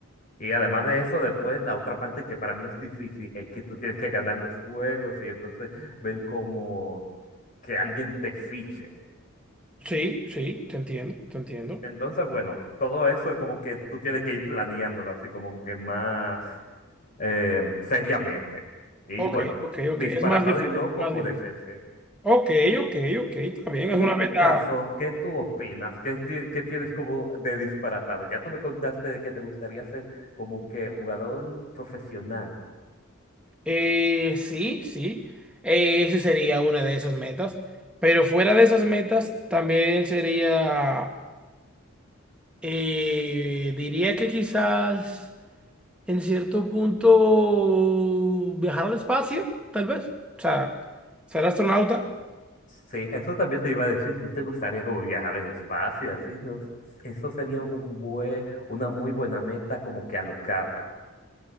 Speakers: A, on the left; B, in the centre.
A: Y además de eso, después la otra parte que para mí es difícil es que tú tienes que ganar los juegos y entonces ver como que alguien te fiche.
B: sí, sí, te entiendo, te entiendo.
A: Entonces, bueno, todo eso es como que tú tienes que ir planeándolo así como que más eh, seriamente. Y
B: Ok,
A: bueno,
B: ok,
A: disparatado
B: ok. Es más difícil,
A: y loco
B: más
A: puede
B: difícil.
A: ser, sí.
B: Ok, ok, ok, está bien,
A: Y
B: es una
A: en tu
B: meta.
A: caso, ¿qué tú opinas? ¿Qué, ti- qué tienes como de disparatado? Ya tú me contaste de que te gustaría ser como que jugador profesional.
B: eh, sí, sí, eh, esa sería una de esas metas. Pero fuera de esas metas, también sería, eh, diría que quizás en cierto punto viajar al espacio, tal vez. O sea, ser astronauta.
A: Sí, eso también te iba a decir, ¿no te gustaría como viajar al espacio y así? No sé, Eso sería un buen, una muy buena meta como que alocada.